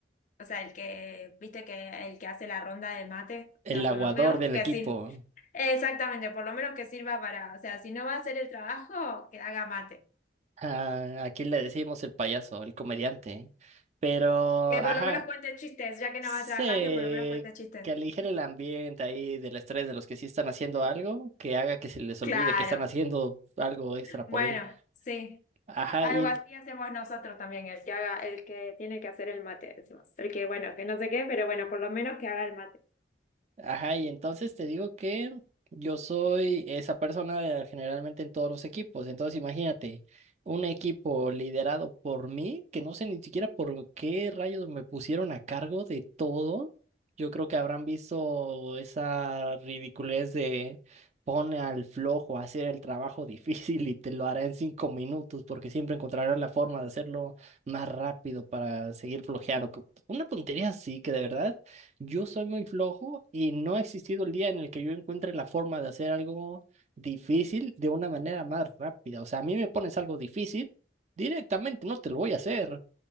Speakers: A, on the left (about 40°); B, on the right (about 35°).
A: O sea, el que, viste que el que hace la ronda del mate, o
B: El
A: sea,
B: aguador
A: por lo menos
B: del
A: que
B: equipo.
A: sirva. Exactamente, por lo menos que sirva para, o sea, si no va a hacer el trabajo, que haga mate.
B: Ah, aquí le decimos el payaso, el comediante. Pero,
A: Que
B: ajá,
A: por lo menos cuente chistes, ya que
B: sé
A: no va a trabajar, que por lo menos cuente chistes.
B: que aligere el ambiente ahí del estrés de los que sí están haciendo algo, que haga que se les olvide
A: Claro.
B: que están haciendo algo extra por
A: Bueno,
B: él.
A: sí.
B: Ajá,
A: Algo
B: y
A: así hacemos nosotros también, el que haga, el que tiene que hacer el mate, decimos. El que, bueno, que no sé qué, pero bueno, por lo menos que haga el mate.
B: Ajá, y entonces te digo que yo soy esa persona de- generalmente en todos los equipos. Entonces imagínate, un equipo liderado por mí, que no sé ni siquiera por qué rayos me pusieron a cargo de todo. Yo creo que habrán visto esa ridiculez de pone al flojo a hacer el trabajo <laughs> difícil y te lo hará en cinco minutos, porque siempre encontrarás la forma de hacerlo más rápido para seguir flojeando. Una tontería así que de verdad. Yo soy muy flojo y no ha existido el día en el que yo encuentre la forma de hacer algo difícil de una manera más rápida. O sea, a mí me pones algo difícil, directamente no te lo voy a hacer.